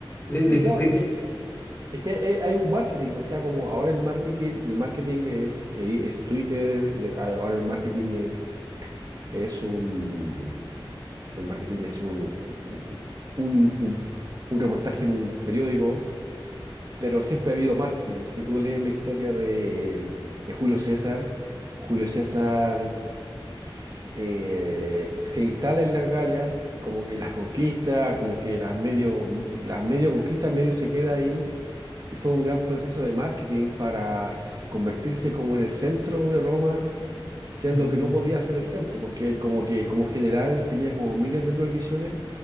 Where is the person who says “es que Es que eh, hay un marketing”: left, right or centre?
Right